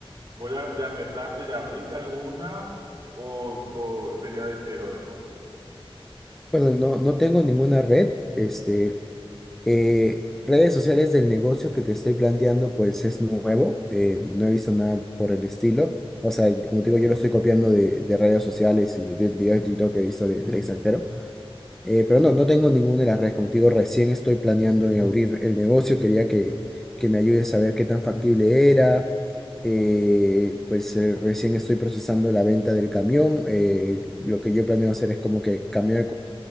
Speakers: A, on the right; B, in the centre.
A: ¿Vos ya, ya empezaste, ya abriste alguna o, o sería de cero eso?
B: Bueno, no, no tengo ninguna red, este... Eh, redes sociales del negocio que te estoy planteando, pues es nuevo, eh, no he visto nada por el estilo. O sea, como te digo, yo lo estoy copiando de, de redes sociales y de videos de TikTok que he visto de- del extranjero. Eh, pero no, no tengo ninguna de las redes. Como te digo, recién estoy planeando en abrir el negocio. Quería que, que me ayudes a ver qué tan factible era. Eh, pues eh, recién estoy procesando la venta del camión. Eh, lo que yo planeo hacer es como que cambiar el, co-